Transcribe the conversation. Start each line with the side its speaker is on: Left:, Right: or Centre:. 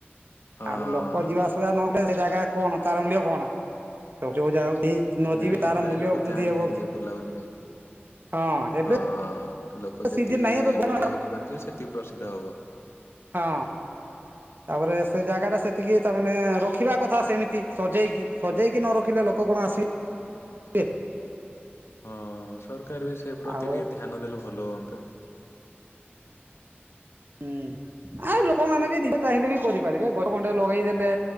Left: ହଁ।
Right: ଆଉ ଲୋକ ଯିବା ଆସିବା ନହେଲେ ସେ ଜାଗା କଣ ତାର ମୂଲ୍ୟ କଣ ଯୋଉ ଜାଗାକୁ କେହି ନ
Left: ନାଇଁ
Right: ଯିବେ ତାର
Left: ପ୍ରାୟ
Right: ମୂଲ୍ୟ
Left: ଲୋକ
Right: ବୃଦ୍ଧି
Left: ଯାଆନ୍ତି
Right: ହେବ
Left: ଏମିତି
Right: କି।
Left: ବୁଲାବୁଲି ପାଇଁ
Right: ହଁ ଏବେ
Left: ହଁ ଲୋକ ଯେତିକି
Right: ସିଜିନ ନାହିଁ ଏବେ ବନ
Left: ବୁଲାବୁଲି କରିଯିବେ ସେତିକି ପ୍ରସିଦ୍ଧ ହବ।
Right: ହଁ ତାପରେ ସେ ଜାଗାଟା ସେତିକି ତା ମାନେ ରଖିବା କଥା ସେମିତି ସଜେଇକି ସଜେଇକି ନ ରଖିଲେ ଲୋ କ କଣ ଆସି--ବେ
Left: ହଁ ସରକାର ବି ସେପ୍ରତି
Right: ଆଉ
Left: ଟିକେ ଧ୍ୟାନ ଦେଲେ ଭଲ ହୁଅନ୍ତା।
Right: ହୁଁ ଆଉ ଲୋକମାନେ ବି ନିଜେ ଚାହିଁଲେ ବି କରିପାରିବେ ଗଡ ଖଣ୍ଡେ ଲଗେଇଦେଲେ